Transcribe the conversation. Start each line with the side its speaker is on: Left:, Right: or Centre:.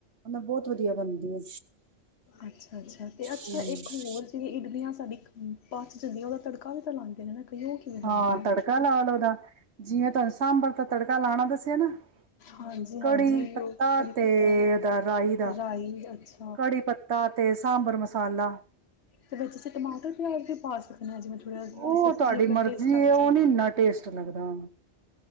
Right: ਮਲਬ ਬੋਤ ਵਧੀਆ ਬਨਦੀਏ।
Left: ਅੱਛਾ, ਅੱਛਾ ਤੇ ਅੱਛਾ
Right: ਹਮ
Left: ਇੱਕ ਹੋਰ ਤੇ ਇਕ ਦਿਨ ਨਾ ਸਾਡੀ <unintelligible> ਉਹਦਾ ਤੜਕਾ ਵੀ ਤਾਂ ਲਾਂਦੇ ਨੇ ਨਾ ਕਈ ਉਹ ਕਿਵੇਂ ਲਾਂਦੇ
Right: ਹਾਂ
Left: ਨੇ?
Right: ਤੜਕਾ ਲਾ ਲੋ ਓਦਾ। ਜਿਵੇ ਤੁਹਾਨੂੰ ਸਾਂਬਰ ਤ ਤੜਕਾ ਲਾਣਾ ਦੱਸਿਆ ਨਾ।
Left: ਹਾਂਜੀ,
Right: ਕੜੀ
Left: ਹਾਂਜੀ
Right: ਪੱਤਾ
Left: ਉਹ ਕੜੀ
Right: ਤੇ
Left: ਪਤਾ,
Right: ਉਹਦਾ ਰਾਈ ਦਾ
Left: ਰਾਈ ਅੱਛ
Right: ਕੜੀ ਪੱਤਾ ਤੇ ਸਾਂਬਰ ਮਸਾਲਾ।
Left: ਤੇ ਵਿਚ ਅਸੀਂ ਟਮਾਟਰ ਪਿਆਜ਼ ਵੀ ਪਾ ਸਕਦੇ ਹਾਂ ਜਿਵੇਂ ਥੋੜ੍ਹਾ ਜ
Right: ਉਹ
Left: ਸਬਜ਼ੀ
Right: ਤੁਹਾਡੀ
Left: ਆਪਣਾ
Right: ਮਰਜ਼ੀ
Left: ਟੇਸਟ ਆ
Right: ਹੈ
Left: ਜਯੇ।
Right: ਉਹ ਨੀ ਇੰਨਾ ਟੇਸਟ ਲੱਗਦਾ